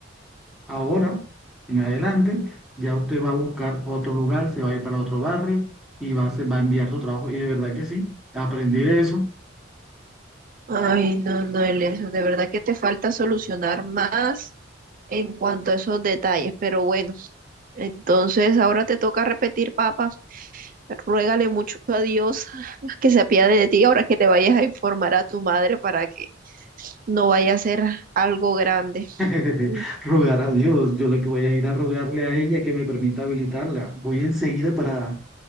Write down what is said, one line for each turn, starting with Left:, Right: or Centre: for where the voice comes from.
Centre: Ahora, en adelante, ya usted va a buscar otro lugar, se va a ir para otro barrio y va a, hacer- va a enviar su trabajo. Y de verdad que sí, aprendí de eso.
Right: Ay, no, no, Elias, de verdad que te falta solucionar más en cuanto a esos detalles, pero bueno, entonces ahora te toca repetir, papá, ruégale mucho a Dios <laughs> que se apiade de ti ahora que te vayas a informar a tu madre para que no vaya a ser algo grande.
Centre: <laughs>
Right: Mm.
Centre: Rogar a Dios, yo lo que voy a ir a rogarle a ella que me permita habilitarla. Voy enseguida para,